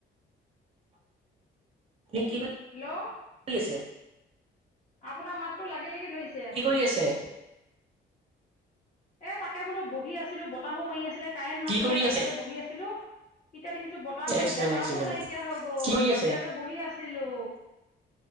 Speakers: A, on the right; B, on the left.
A: লেকিন?
B: হেল্ল'
A: কৰি আছে।
B: আপোনাৰ মাতটো লাগি লাগি ধৰিছে।
A: কি কৰি আছে।
B: এই তাকে বোলো বহি আছিলোঁ বতাহো মাৰি আছিলে কাৰেণ্ট নাছিলে
A: কি কৰি
B: বাহিৰতে
A: আছে?
B: বহি আছিলোঁ। এতিয়া দেখিছো বতাহ
A: এক ছেকেণ্ড
B: বতাহো
A: এক ছেকেণ্ড।
B: নাইকিয়া হৈ গ'ল
A: কি কৰি
B: বাহিৰতে।
A: আছে?
B: বহি আছিলো,